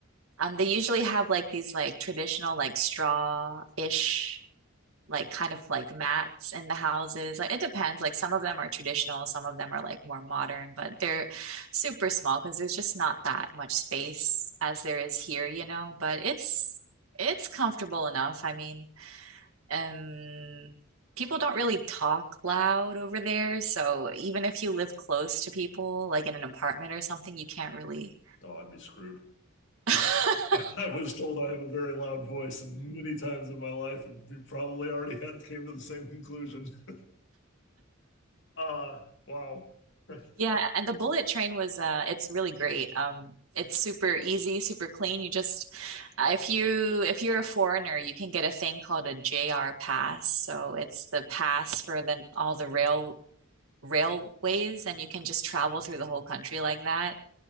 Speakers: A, on the right; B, on the left.
A: um they usually have like these like traditional like straw-ish like kind of like mats in the houses. Like it depends. Like some of them are traditional, some of them are like more modern, but they're super small because there's just not that much space as there is here, you know. But it's it's comfortable enough. I mean, and people don't really talk loud over there, so even if you live close to people, like in an apartment or something, you can't really.
B: Oh, I'd be screwed.
A: <laughs>
B: <laughs> I was told I have a very loud voice and many times in my life, and we probably already had came to the same conclusion. <laughs> Uh, wow. <laughs>
A: Yeah, and the bullet train was uh it's really great. Um it's super easy, super clean. You just uh, if you if you're a foreigner, you can get a thing called a JR pass. So it's the pass for the all the rail railways and you can just travel through the whole country like that.